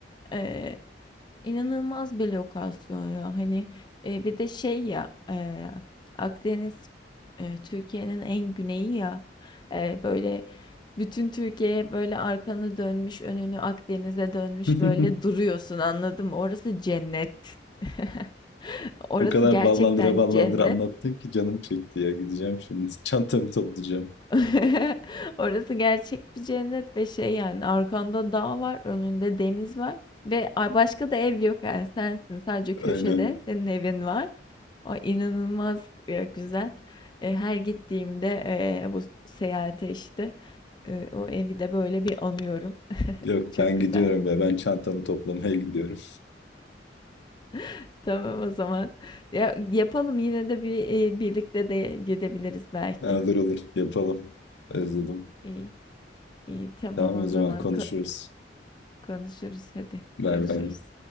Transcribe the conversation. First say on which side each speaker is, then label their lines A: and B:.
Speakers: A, on the left (about 25°); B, on the left (about 80°).
A: E, İnanılmaz bir lokasyon ya. Hani e, bir de şey ya e, Akdeniz e, Türkiye'nin en güneyi ya. E, böyle bütün Türkiye böyle arkanı dönmüş, önünü Akdeniz'e dönmüş
B: <laughs>
A: böyle duruyorsun anladın mı? Orası cennet. <laughs> Orası
B: O kadar
A: gerçekten
B: ballandıra ballandıra
A: cennet.
B: anlattın ki canım çekti ya. Gideceğim şimdi. Çantamı toplayacağım.
A: <laughs> Orası gerçek bir cennet ve şey yani arkanda dağ var, önünde deniz var ve a- başka da ev yok yani sensin sadece köşede
B: Aynen.
A: senin evin var. O inanılmaz e, güzel. E, her gittiğimde e, bu seyahate işte e, o evi de böyle bir anıyorum.
B: Yok
A: Çok
B: ben
A: güzel.
B: gidiyorum ve ben çantamı toplamaya gidiyorum.
A: <laughs> Tamam o zaman. Ya, yapalım yine de bir e, birlikte de gidebiliriz belki.
B: <laughs> Olur olur yapalım. Özledim.
A: İyi, iyi tamam
B: Tamam
A: o
B: o zaman
A: zaman
B: konuşuruz.
A: Ko- konuşuruz hadi
B: Bay
A: görüşürüz.
B: bay.